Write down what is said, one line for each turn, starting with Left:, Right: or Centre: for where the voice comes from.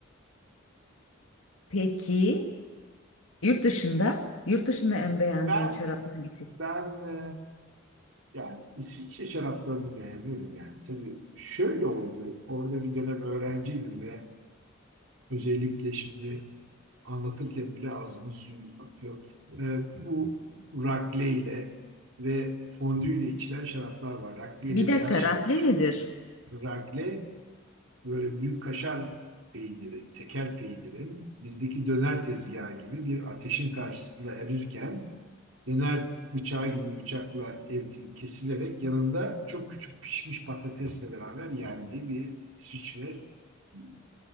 Left: Peki yurt dışında? Yurt dışında en beğendiğin
Right: Ben
Left: şarap hangisi?
Right: ben e, yani İsviçre şaraplarını beğeniyorum yani. Tabii şöyle oldu. Orada bir dönem öğrenciydim ve özellikle şimdi anlatırken bile ağzımın suyu akıyor. Ee, bu rakle ile ve fondü ile içilen şaraplar var. Rakle
Left: Bir
Right: ile
Left: dakika
Right: beyaz şarap
Left: rakle
Right: içiyorlar.
Left: nedir?
Right: Rakle böyle büyük kaşar peyniri, teker peynirin bizdeki döner tezgahı gibi bir ateşin karşısında erirken döner bıçağı gibi bıçakla eriti- kesilerek yanında çok küçük pişmiş patatesle beraber yendiği bir İsviçre e,